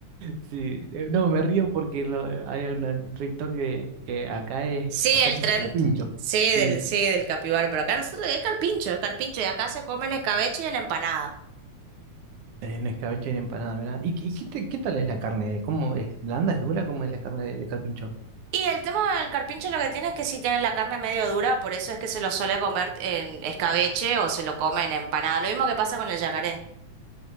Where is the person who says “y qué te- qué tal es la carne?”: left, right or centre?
Right